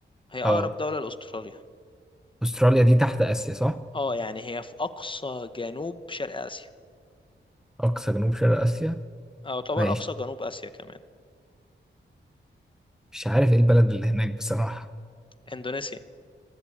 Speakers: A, on the left (about 25°); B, in the centre.
A: هي اقرب
B: اه
A: دولة لاستراليا
B: استراليا دي تحت اسيا صح
A: اه يعني هي في اقصى جنوب شرق اسيا
B: اقصى جنوب شرق اسيا
A: او يعتبر
B: ماشي
A: اقصى جنوب اسيا كمان
B: مش عارف ايه البلد اللي هناك بصراحه
A: اندونيسيا